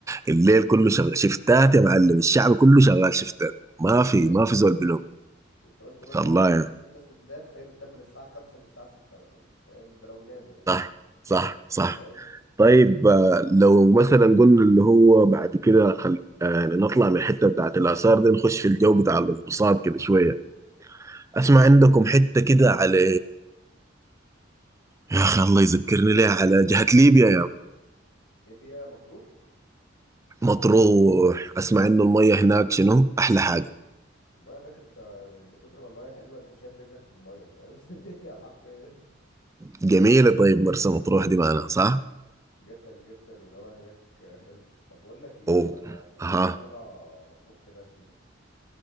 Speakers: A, on the right; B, on the left.
A: الليل كله شغال شفتات يا معلم الشعب كله شغال شفتات ما
B: حرفيا
A: في ما في زول بلوم
B: انت قلت مثلا
A: الله
B: لو لقيت
A: يعني
B: لو لقيت ناس بتنام فهي بتنام من الساعة خمسة للساعة ستة مثلا فاهم ده لو ناموا يعني
A: صح صح صح
B: فاهم
A: طيب آه، لو مثلا قلنا اللي هو بعد كده خل... آه، يعني نطلع من الحتة بتاعت الآثار دي نخش في الجو بتاع الانبساط كده شوية أسمع عندكم حتة كده على يا اخي الله يذكرني ليه على جهة ليبيا يا ما.
B: فليبيا مطروح
A: مطروح اسمع انه المية هناك شنو احلى حاجة
B: المايه هناك انت من كتر ما المايه حلوه انت شايف رجلك في المايه فاهم <laughs> حرفيا
A: جميلة طيب مرسى مطروح دي معنا صح
B: جدا جدا والهواء هناك حلو طب بقول لك ايه
A: اوه
B: ما تيجي
A: اها
B: نطلع طلعه مطروح كده شديده